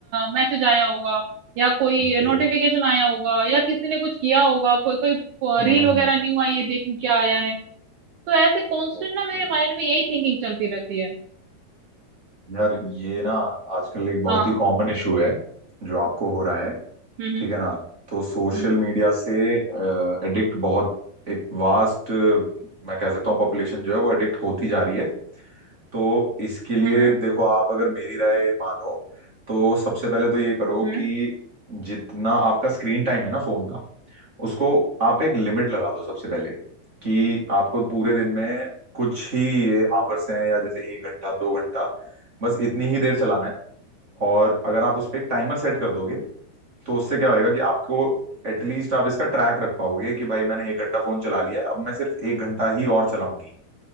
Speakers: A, on the right (about 75°); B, on the right (about 30°).
A: मैसेज आया होगा या कोई
B: ठीक है
A: नोटिफिकेशन आया होगा या किसी ने कुछ किया होगा कोई कोई
B: हम्म
A: रील वगैरह
B: हम्म।
A: न्यू आई है देखूं क्या आया है तो ऐसे कांस्टेंट
B: ओके
A: ना मेरे माइंड में यही थिंकिंग चलती रहती है
B: यार ये ना आजकल एक बहुत
A: हाँ
B: ही कॉमन इशू है जो आपको हो रहा है
A: हम्म
B: ठीक है ना तो सोशल
A: हम्म
B: मीडिया से एडिक्ट बहुत एक वास्ट मैं कह सकता हूँ पॉपुलेशन जो है वो एडिक्ट होती जा रही है तो इसके लिए
A: हम्म हम्म
B: देखो आप अगर मेरी राय मानो तो सबसे पहले तो ये करो
A: हम्म
B: कि जितना आपका स्क्रीन टाइम है ना फोन का उसको आप एक लिमिट लगा दो सबसे पहले कि आपको पूरे दिन में कुछ ही ये आवर्स हैं या जैसे एक घंटा दो घंटा बस इतनी ही देर चलाना है और अगर आप उस पर एक टाइमर सेट कर दोगे तो उससे क्या होएगा कि आपको एटलीस्ट आप इसका ट्रैक रख पाओगे कि भाई मैंने एक घंटा फोन चला लिया है अब मैं सिर्फ एक घंटा ही और चलाऊंगी